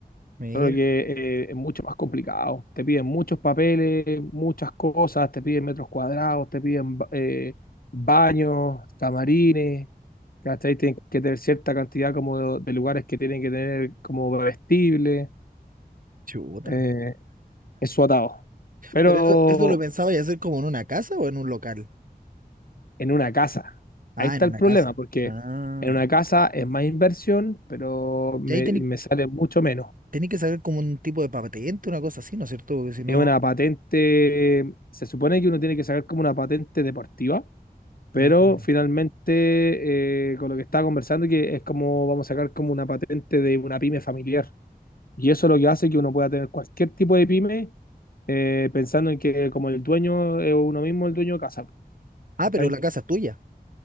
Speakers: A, on the right; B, on the left.
A: mira,
B: solo que eh, es mucho más complicado, te piden muchos papeles, muchas cosas, te piden metros cuadrados, te piden ba- eh, baños, camarines. ¿Cachai? Tienen que tener cierta cantidad como de, de lugares que tienen que tener como vestibles,
A: chuta.
B: eh, es su atado. Pero,
A: ¿Pero eso, eso lo pensaba pensabas hacer como en una casa o en un local?
B: en una casa.
A: Ah,
B: Ahí está
A: en una
B: el problema,
A: casa.
B: porque
A: Ah.
B: en una casa es más inversión, pero me,
A: Y ahí tenéis
B: me sale mucho menos.
A: que saber como un tipo de patente, una cosa así, ¿no es cierto? Porque si no...
B: Es una patente, se supone que uno tiene que sacar como una patente deportiva, pero
A: Ah, ya.
B: finalmente eh, con lo que estaba conversando, que es como vamos a sacar como una patente de una pyme familiar. Y eso es lo que hace que uno pueda tener cualquier tipo de pyme, eh, pensando en que como el dueño es uno mismo el dueño de casa,
A: Ah,
B: ¿cachai?
A: pero la casa es tuya.